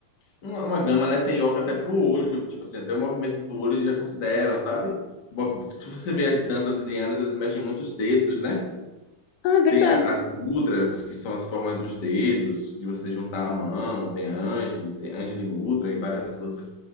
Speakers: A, on the left; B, on the left.
A: uma, uma gama, né? Tem yoga até pro olho, tipo assim, até o movimento do olho eles já consideram, sabe? O Se você vê as danças indianas, eles mexem muito os dedos, né?
B: Ah, é verdade.
A: Tem a- as mudras, que são as formas dos dedos, de você juntar a mão, tem Anjali, tem Anjali Mudra e várias outras.